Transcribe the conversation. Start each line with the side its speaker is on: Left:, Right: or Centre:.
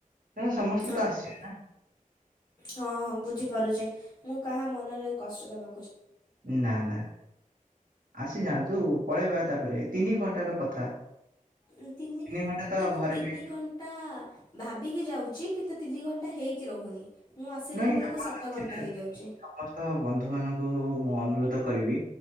Right: କାରଣ ସମସ୍ତେ
Left: ଅବ୍
Right: ତ ଆସିବେ
Left: ହଁ ହଁ ବୁଝିପାରୁଛି ମୁଁ କାହା ମନରେ କଷ୍ଟ ଦବା
Right: ନା ନା ଆସିଯାଆନ୍ତୁ ପଳେଇବା ତାପରେ ତିନି ଘଣ୍ଟାର କଥା
Left: ଉଁ ତିନି
Right: ଘଣ୍ଟା ତ
Left: କିନ୍ତୁ
Right: ଘରେ
Left: ତିନି
Right: ବି
Left: ଘଣ୍ଟା ଭାବିକି ଯାଉଛି କିନ୍ତୁ ତିନି ଘଣ୍ଟା ହେଇକି ରହୁନି। ମୁଁ ଆସିଲା
Right: ନାଇଁ
Left: ବେଳକୁ
Right: ଆପଣ
Left: ସାତ ଘଣ୍ଟା
Right: <unintelligible>
Left: ହେଇଯାଉଛି
Right: ସମସ୍ତ ବନ୍ଧୁ ମାନଙ୍କୁ ମୁଁ ଅନୁରୋଧ କରିବି,